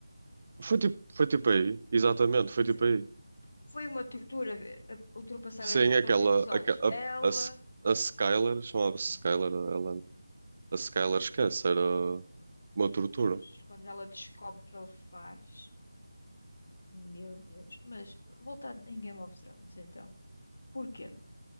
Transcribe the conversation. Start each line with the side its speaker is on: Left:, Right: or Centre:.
Right: Foi tipo, foi tipo aí, exatamente, foi
Left: Isa.
Right: tipo aí.
Left: Foi uma tortura ver- a- ultrapassar
Right: Sim,
Left: aqu- aqueles
Right: aquela,
Left: episódios.
Right: aque- a,
Left: Ela.
Right: a, S- a Skylar, chamava-se
Left: Meu,
Right: Skylar, ela, a Skylar esquece, era
Left: meu
Right: uma
Left: Deus.
Right: tortura.
Left: Quando ela descobre o que ele faz. Meu Deus. Mas voltar em Game of Thrones, então. Porquê?